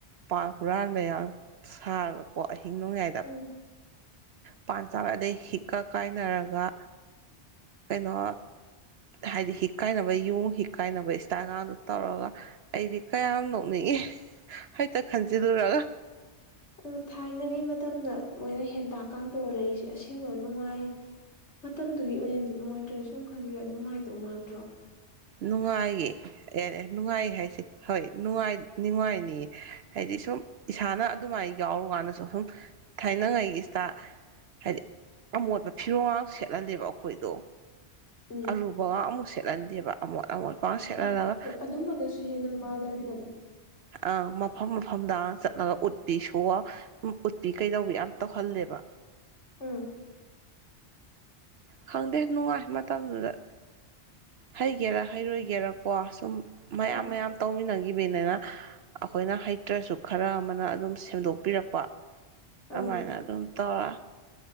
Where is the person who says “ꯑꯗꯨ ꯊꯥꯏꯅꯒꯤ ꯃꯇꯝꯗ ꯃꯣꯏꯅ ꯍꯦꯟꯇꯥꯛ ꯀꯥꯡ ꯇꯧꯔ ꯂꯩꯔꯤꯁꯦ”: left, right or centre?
Left